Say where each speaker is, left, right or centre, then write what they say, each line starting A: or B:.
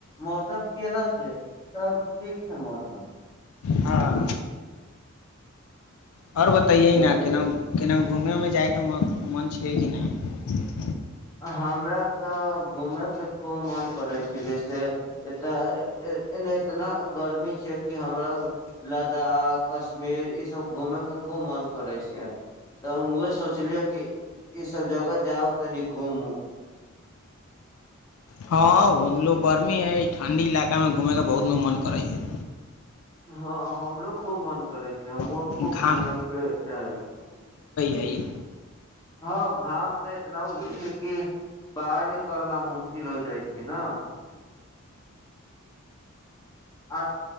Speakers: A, on the left; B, on the left.
A: मौसम केना छै सब ठीक छै मौसम
B: हँ आओर बताइयए
A: चलू
B: न केना केनाहु घुमैमे जाइके मोन छियै कि नहि
A: हमरा तऽ घूमेयके खूब मन करै छै जैसे एतऽ इतना गर्मी छै कि हमराो लद्दाख कश्मीर ईसभ घूमेके खूब मन करै छै तऽ हम उह सोचलियै कि ई सब जगह जाउ तनिक घूमू
B: हँ घुमलो गर्मी है ठण्डी इलाकामे घूमयके बहुत मन करै छै
A: हँ हमरो खूब मन करै छै जमू
B: हइ
A: खूब
B: घाम
A: घुमे के चाह छी
B: नहिइ
A: हँ घाम तऽ इतना उगै छै कि बाहर निकलना मुश्किल हो जाइ छै ने आ